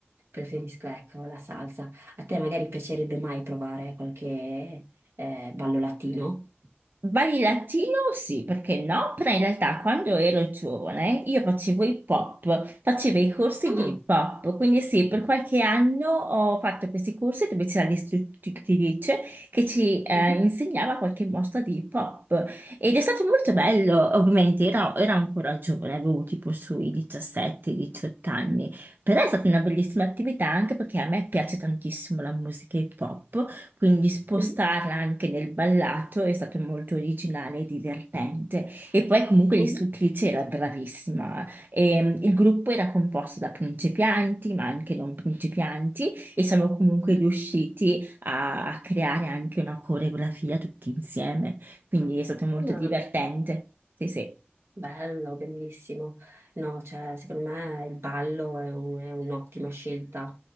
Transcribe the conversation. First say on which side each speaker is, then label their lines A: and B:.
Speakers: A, on the right; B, on the right.
A: preferisco, ecco, la salsa. A te magari piacerebbe mai provare qualche eh, ballo latino?
B: Balli latino? Sì, perché no? Però in realtà quando ero giovane io facevo hip hop,
A: Mhm,
B: facevo i corsi
A: Mm.
B: di hip hop, quindi sì, per qualche anno ho fatto questi corsi dove c'era l'istruttrice che ci eh,
A: mhm,
B: insegnava qualche mossa di hip hop ed è stato molto bello, ovviamente ero, ero ancora giovane, avevo tipo sui 17-18 anni, però è stata una bellissima attività anche perché a me piace tantissimo la musica hip hop. Quindi spostarla
A: Mhm,
B: anche nel ballato è stato molto originale e divertente. E poi comunque
A: mhm.
B: l'istruttrice era bravissima. E, il gruppo era composto da principianti, ma anche non principianti, e siamo comunque riusciti a, a creare anche una coreografia tutti insieme. Quindi è stato molto
A: Ah,
B: divertente. Sì, sì.
A: Bello, bellissimo. No, cioè, secondo me il ballo è un- è un'ottima scelta.